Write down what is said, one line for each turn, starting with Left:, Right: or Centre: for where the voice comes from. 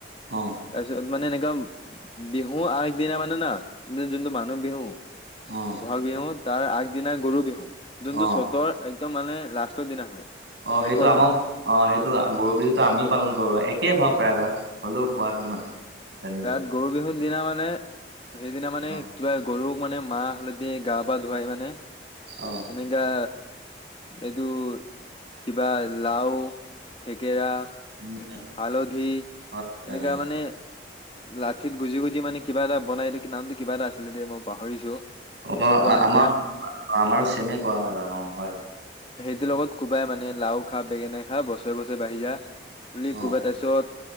Right: অ।
Left: তাৰপিছত মানে এনেকুৱা বিহু আগদিনা মানে না যোনটো মানুহ বিহু
Right: অ
Left: বহাগ বিহু তাৰ আগ দিনা গৰু বিহু, যোনটো
Right: অ
Left: চ'তৰ একদম মানে লাষ্টৰ দিনা হয়।
Right: অ
Left: শেষত
Right: সেইটো আমাৰ
Left: মানে
Right: অ সেইটো গৰু বিহুটো আমিও পালন কৰো একেই ভাৱ প্ৰায় ভাগ। হ'লেও পোৱাছে মানে জানিবলৈ
Left: তাত গৰু বিহুৰ দিনা মানে সেইদিনা মানে
Right: অ
Left: কিবা গৰুক মানে মাহ, হালধি গা পা ধুৱাই মানে
Right: অ
Left: এনেকা এইটো কিবা লাও, থেকেৰা
Right: উম
Left: হালধি
Right: হয় হয়
Left: এনেকা
Right: হয়।
Left: মানে লাঠিত গুজি গুজি মানে কিবা এটা বনাই দি কি নামটো কিবা এটা আছিলে দেই মই পাহৰিছো
Right: অ
Left: মনত পোৱা নাই
Right: আমাৰ
Left: এতিয়া
Right: আ আমাৰো চেমে কোৱা হয় বাৰু অ হয়।
Left: খতিৰ লগত কোবাই মানে লাও খা, বেঙেনা খা বছৰে বছৰে বাঢ়ি যা বুলি
Right: অ
Left: কোবাই তাৰ পিছত